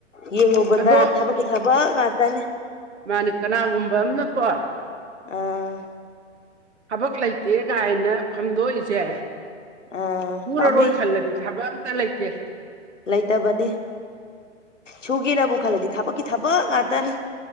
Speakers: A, on the left; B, on the right.
A: ꯌꯦꯡꯉꯨꯕꯗ
B: ꯑꯗꯣ
A: ꯊꯕꯛꯀꯤ ꯊꯕꯛ ꯉꯥꯛꯇꯅꯦ
B: ꯃꯥꯅꯦ ꯀꯅꯥꯒꯨꯝꯕ ꯑꯅꯀꯣ
A: ꯑꯥ
B: ꯊꯕꯛ ꯂꯩꯇꯦ ꯀꯥꯏꯅ ꯐꯝꯗꯣꯛꯏꯁꯦ
A: ꯑꯥ
B: ꯄꯨꯔꯔꯣꯏ
A: ꯄꯥꯝꯃꯨꯏ
B: ꯈꯜꯂꯗꯤ ꯊꯕꯛ ꯑꯝꯇ ꯂꯩꯇꯦ <inaudible>
A: ꯂꯩꯇꯕꯅꯤ ꯁꯨꯒꯦꯅꯕꯨ ꯈꯜꯂꯗꯤ ꯊꯕꯛꯀꯤ ꯊꯕꯛ ꯉꯇꯅꯦ